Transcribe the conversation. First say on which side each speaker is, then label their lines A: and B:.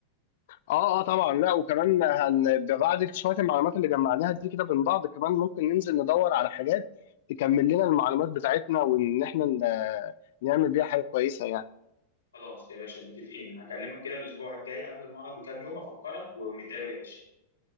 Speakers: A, on the left; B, on the left.
A: اه اه طبعا لا وكمان هن بعد شويه المعلومات اللي جمعناها دي كده من بعض كمان ممكن ننزل ندور على حاجات تكمل لنا المعلومات بتاعتنا وان احنا ن- نعمل بيها حاجه كويسه يعني
B: خلاص يا باشا متفقين هكلمك كده الاسبوع الجاي قبل المعرض بكام يوم افكرك ونتقابل يا باشا